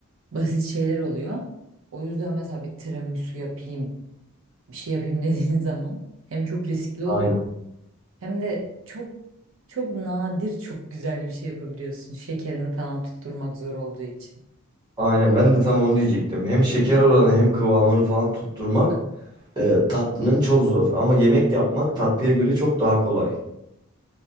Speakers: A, on the right; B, on the right.
A: basit şeyler oluyor o yüzden mesela bir tiramisu yapayım bir şey yapayım <laughs> dediğin zaman hem çok riskli
B: Aynen.
A: oluyor hem de çok çok nadir çok güzel bir şey yapabiliyorsun. Şekerini falan tutturmak zor olduğu için.
B: Aynen ben de tam onu diyecektim. Hem şeker oranı hem kıvamını falan tutturmak e, tatlının çok zor ama yemek yapmak tatlıya göre çok daha kolay.